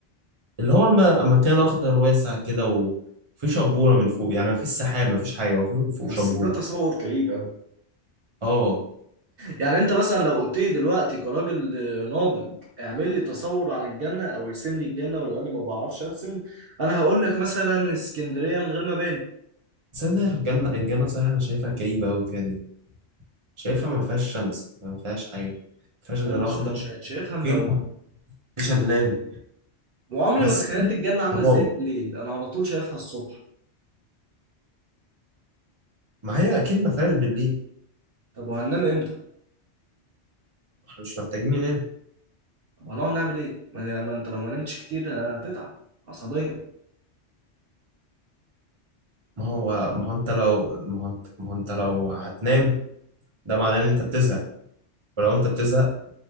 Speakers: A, on the right (about 30°); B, on the right (about 60°).
A: اللي هو الم... مكان اخضر واسع كده وفي شبورة من فوق يعني مفيش سحاب مفيش حاجة وفي فوق
B: بس
A: شبورة
B: ده تصور كئيب
A: اه
B: يعني انت مثلا لو قلت لي دلوقتي كراجل آه، ناضج اعمل لي تصور عن الجنة او ارسم لي الجنة ولو اني ما بعرفش ارسم انا هقول لك مثلا اسكندرية من غير مباني
A: تصدق الجنة الجنة صحيح انا شايفها كئيبة قوي كده شايفها ما فيهاش شمس ما فيهاش حاجة ما فيهاش
B: ده
A: غير
B: انا شا-
A: أخضر
B: شا- شايفها ملونة
A: فين في شلال
B: وعمري
A: بس
B: ما تخيلت
A: في
B: الجنة عاملة
A: ضباب
B: ازاي بالليل انا على طول شايفها الصبح
A: ما هي أكيد ما فيهاش بالليل
B: طب وهننام امتى؟
A: احنا مش محتاجين ننام
B: طب هنقعد نعمل ايه؟ ما ما انت لو ما نمتش كتير هتتعب عصبيا
A: ما هو ما هو أنت لو ما هو أنت ما هو أنت لو هتنام ده معناه إن أنت بتزهق ولو أنت بتزهق